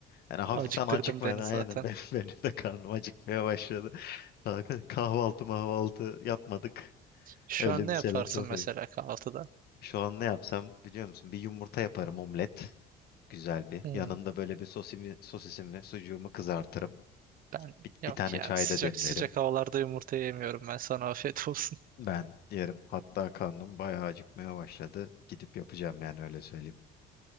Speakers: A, on the left; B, on the right.
A: Yani hafiften
B: Acıktırdın
A: acıkmayan
B: beni
A: aynen
B: zaten.
A: ben, <laughs> benim de karnım acıkmaya başladı. Daha kah- kahvaltı mahvaltı yapmadık.
B: Şu
A: Öyle
B: an ne
A: bir
B: yaparsın
A: selam sohbeti.
B: mesela kahvaltıda?
A: Şu an ne yapsam biliyor musun? Bir yumurta yaparım omlet. Güzel bir.
B: Hmm,
A: Yanında böyle bir sosimi, sosisimi, sucuğumu kızartırım.
B: ben
A: Bir,
B: yok
A: bir tane
B: ya
A: çay
B: sıcak
A: da demlerim.
B: sıcak havalarda yumurta yemiyorum ben sana afiyet olsun. <laughs>
A: Ben yerim. Hatta karnım bayağı acıkmaya başladı. Gidip yapacağım yani öyle söyleyeyim.